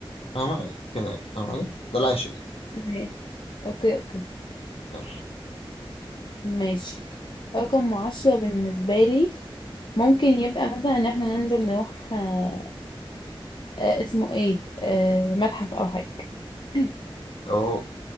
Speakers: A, on the left; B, on the left.
A: فاهمة كده يعني فاهمة حاجة؟ ده العاشر يعني
B: ماشي اوكي اوكي
A: ماشي.
B: ماشي رقم عشرة بالنسبة لي ممكن يبقى مثلا ان احنا ننزل نروح آه آه اسمه ايه آه متحف او حاجة <clears throat>
A: أهو